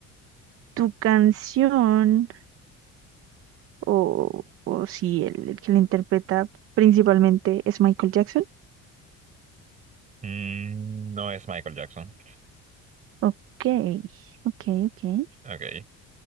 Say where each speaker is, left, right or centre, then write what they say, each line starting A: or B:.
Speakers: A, on the right; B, on the right.
A: tu canción, o, o si el, el que la interpreta principalmente es Michael Jackson.
B: Mm, no es Michael Jackson.
A: Ok, ok, ok.
B: Ok,